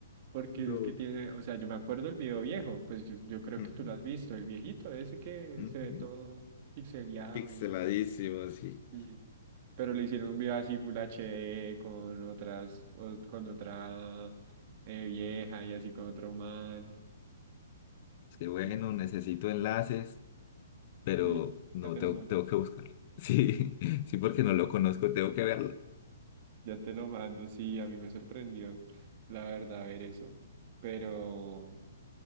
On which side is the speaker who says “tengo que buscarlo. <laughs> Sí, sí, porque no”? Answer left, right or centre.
Left